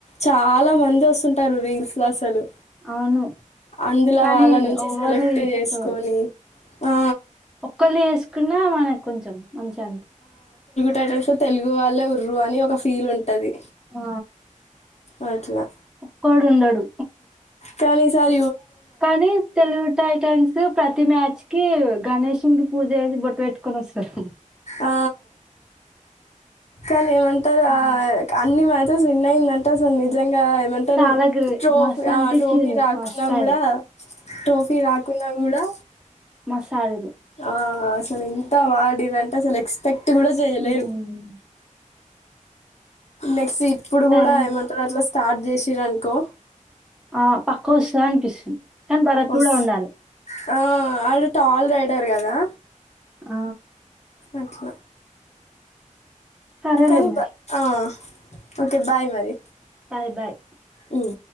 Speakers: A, on the left (about 55°); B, in the centre.
A: చాలా మంది వస్తుంటారు రీల్స్ లో అసలు
B: అవును
A: అందులో
B: కానీ
A: వాళ్ళ నుంచి
B: ఎవ్వరు
A: సెలెక్ట్
B: తీసుకోరు
A: చేసుకొని ఆ
B: క్కలు వేసుకున్నా మన కి కొంచెం మంచిగా
A: టైటన్స్ లో తెలుగు వాళ్ళే ఉర్రు అని ఒక ఫీల్ ఉంటది
B: ఆ
A: అట్లా
B: ఒక్కడు ఉండడు
A: కానీ ఈ సారి
B: కానీ తెలుగు టైటన్స్ ప్రతి మ్యాచ్ కి గణేశం కి పూజ చేసి బొట్టు పెట్టుకున్ని వస్తారు
A: ఆ కని మేం మంత
B: ఉమ్.
A: అన్ని మచ్ టన్స్ విన్ అయింది అంట సార్ నిజంగా ఇంకా ఏమంటారు
B: చాలా గ్రేట్
A: ట్రోఫీ
B: మస్తు అనిపించింది
A: ఆ ట్రోఫీ రాకున్నా
B: ఫస్ట్ టైం
A: కూడా ట్రోఫీ రాకున్నా కూడా
B: మసాలె
A: ఆసలు ఎంత బాగా ఆడింది అంటే అస ల ఎక్స్పెక్ట్ ట్ కూడా చేయలేరు
B: ఉమ్,
A: మెక్సి ఇప్పుడు
B: సరే
A: కూడా ఏమంటది స్టార్ట్ చేసిరనుకో
B: ఆ పాకుసన్ <inaudible> పిస్తుంది కానీ భరత్
A: వస్
B: కూడా ఉండాలి
A: ఆ వాడు టాల్ రైడర్ కదా
B: ఆ
A: అట్ల
B: సరేలే
A: కనీప
B: మరి
A: ఆ ఒకే బాయ్ మరి
B: బాయ్ బాయ్
A: హమ్